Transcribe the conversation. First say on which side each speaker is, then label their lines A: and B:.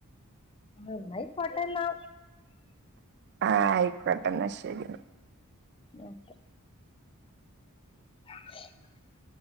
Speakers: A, on the left; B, on the right.
A: നന്നായി പോട്ടേ ന്നാ
B: ആഹ് ആയിക്കോട്ടെ എന്നാ ശെരി
A: ഓക്കെ <inaudible>